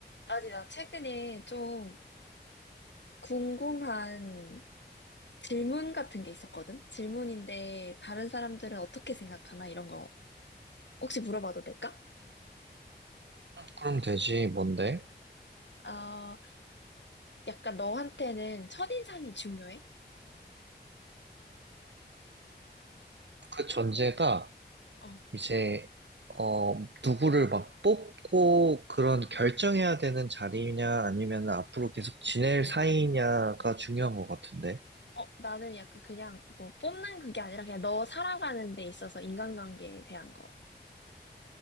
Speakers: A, on the left; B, on the right.
A: 아니, 나 최근에 좀 궁금한 질문 같은 게 있었거든? 질문인데, 다른 사람들은 어떻게 생각하나? 이런 거 혹시 물어봐도 될까?
B: 그럼 되지, 뭔데?
A: 아, 약간 너한테는 첫인상이 중요해?
B: 그 전제가
A: 어,
B: 이제, 어, 누구를 막 뽑고 그런 결정해야 되는 자리냐, 아니면 앞으로 계속 지낼 사이냐가 중요한 것 같은데.
A: 어, 나는 약간 그냥 뭐 뽑는 그게 아니라 그냥 너 살아가는 데 있어서 인간관계에 대한 거.